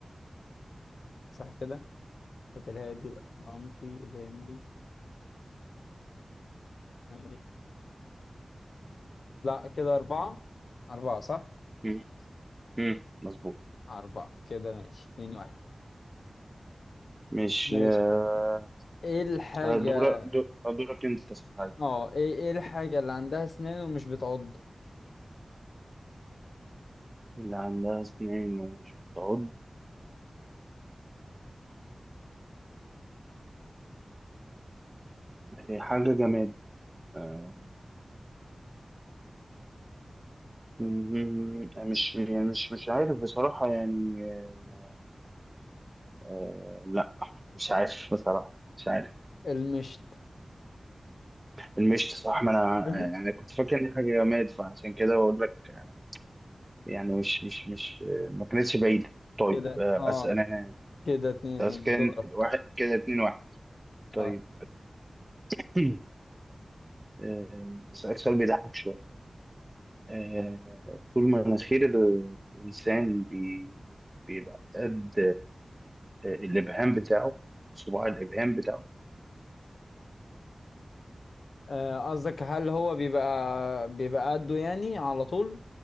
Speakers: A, on the left (about 85°); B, on the right (about 20°).
A: صح كده المحيط الهادي الأطلنطي الهندي و لا كده أربعة أربعة صح؟
B: مم. مم. مظبوط
A: أربعة كده ماشي اتنين واحد
B: مش
A: ماشي
B: آه،
A: ايه الحاجة
B: هدورك دو- هدورك انت صحيح
A: اه ايه ايه الحاجة اللي عندها اسنان ومش بتعض
B: اللي عندها سنين ومش بتعض هي حاجة جماد آه، مم، مش يعني مش مش عارف بصراحة يعني آه، آه، لا مش عارف بصراحة مش عارف
A: المشط
B: المشط صح ما انا
A: <laughs> أها.
B: يعني كنت فاكر ان حاجة جماد فعشان كده بقول لك يعني مش مش مش آه، ما كانتش بعيدة طيب
A: كده
B: آه،
A: اه
B: اسأل انا
A: كده اتنين
B: بس
A: اتنين
B: كان
A: دورك
B: واحد كده اتنين واحد طيب
A: اه
B: <clears throat> آه، أسألك سؤال بيضحك شوية آه، طول ما مناخير الإنسان بي- بيبقى قد آه، الإبهام بتاعه صباع الإبهام بتاعه
A: آه، قصدك هل هو بيبقى بيبقى قده يعني على طول